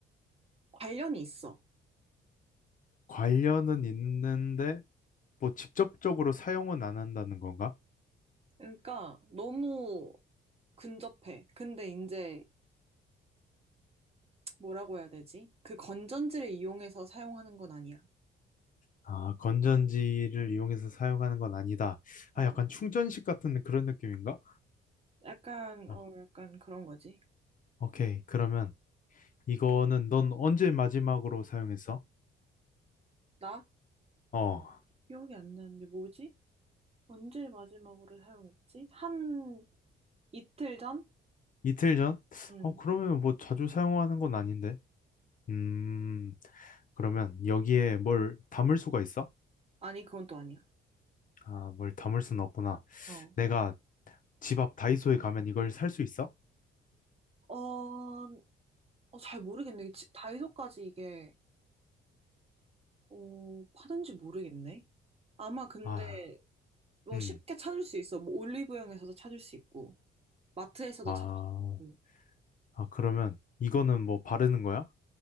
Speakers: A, on the right; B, on the left.
A: 관련이 있어.
B: 관련은 있는데 뭐 직접적으로 사용은 안 한다는 건가?
A: 그러니까 너무 근접해. 근데 이제 뭐라고 해야 되지? 그 건전지를 이용해서 사용하는 건 아니야.
B: 아, 건전지를 이용해서 사용하는 건 아니다.
A: 어.
B: 아, 약간 충전식 같은 그런 느낌인가?
A: 약간,
B: 어,
A: 어, 약간 그런 거지.
B: 오케이. 그러면 이거는 넌 언제 마지막으로 사용했어?
A: 나?
B: 어,
A: 기억이 안 나는데 뭐지? 언제 마지막으로 사용했지? 한 이틀 전?
B: 이틀 전?
A: 응.
B: 어, 그러면 뭐 자주 사용하는 건 아닌데. 음, 그러면 여기에 뭘 담을 수가 있어?
A: 아니, 그건 또 아니야.
B: 아, 뭘 담을 수는 없구나.
A: 어.
B: 내가 집 앞 다이소에 가면 이걸 살 수 있어?
A: 어, 어, 잘 모르겠네. 이게 지- 다이소까지 이게, 어, 파는지 모르겠네. 아마 근데
B: 아,
A: 뭐
B: 음,
A: 쉽게 찾을 수 있어. 뭐 올리브영에서도 찾을 수 있고, 마트에서도
B: 아,
A: 찾을 수 있고.
B: 아, 그러면 이거는 뭐 바르는 거야?